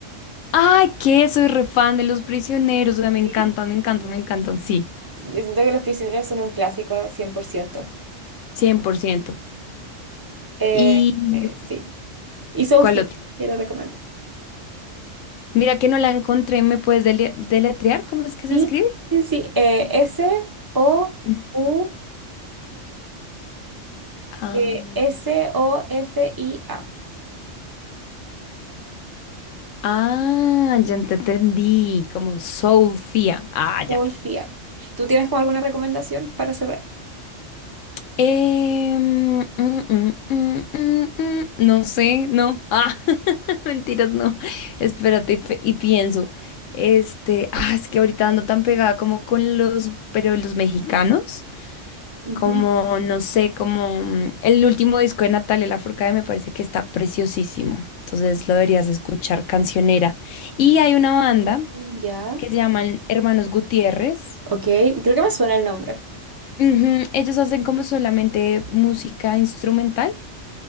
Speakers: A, on the left; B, on the right.
A: Ay, que soy re fan de los prisioneros. O sea, me encantan,
B: Sí,
A: me encantan, me encantan. Sí,
B: sí, yo siento que Los Prisioneros son un clásico 100%.
A: 100%.
B: Eh,
A: ¿Y
B: eh, sí, y Soulfly,
A: cuál otro?
B: que le recomiendo.
A: Mira que no la encontré. ¿Me puedes dele- deletrear? ¿Cómo es que se
B: Sí,
A: escribe?
B: sí, sí. eh, S-O-U-L,
A: Mm. Ah,
B: eh, S-O-F-I-A.
A: ah, ya te entendí. Como Sofía. Ah, ya.
B: Solfia. ¿Tú tienes como alguna recomendación para cerrar?
A: Em, mm, mm, mm, mm, mm, no sé, no. Ah, <laughs> mentiras, no. Espérate y, pe- y pienso. Este, ah, es que ahorita ando tan pegada como con los, pero los mexicanos,
B: Ujú.
A: como, no sé, como mm, el último disco de Natalia Lafourcade me parece que está preciosísimo. Entonces lo deberías escuchar, cancionera. Y hay una banda
B: Mm, Ya.
A: que se llaman Hermanos Gutiérrez.
B: Ok, creo que me suena el nombre.
A: Ujú, Ellos hacen como solamente música instrumental.